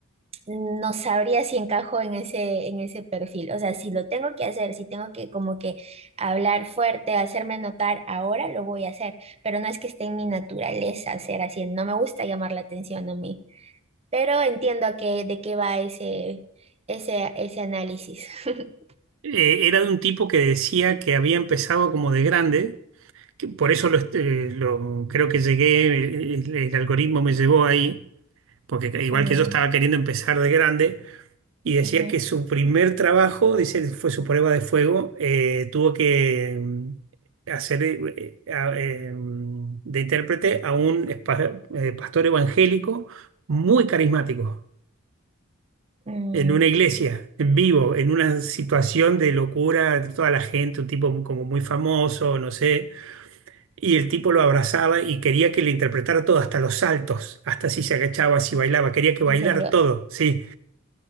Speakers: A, on the right (about 30°); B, on the right (about 65°).
A: no sabría si encajo en ese, en ese perfil. O sea, si lo tengo que hacer, si tengo que como que hablar fuerte, hacerme notar ahora, lo voy a hacer. Pero no es que esté en mi naturaleza ser así. No me gusta llamar la atención a mí. Pero entiendo a qué, de qué va ese, ese, ese análisis. <laughs>
B: Eh, era de un tipo que decía que había empezado como de grande que Por eso lo, est- eh, lo- creo que llegué, el, el algoritmo me llevó ahí, porque igual
A: Mm,
B: que yo estaba queriendo empezar de grande, y decía
A: ujú.
B: que su primer trabajo, dice, fue su prueba de fuego, eh, tuvo que mm, hacer eh, a- eh, mm, de intérprete a un espa- eh, pastor evangélico muy carismático,
A: Mm,
B: en una iglesia, en vivo, en una situación de locura, toda la gente, un tipo como muy famoso, no sé y el tipo lo abrazaba y quería que le interpretara todo, hasta los saltos, hasta si se agachaba, si bailaba, quería que bailar
A: ¿en serio?
B: todo, sí.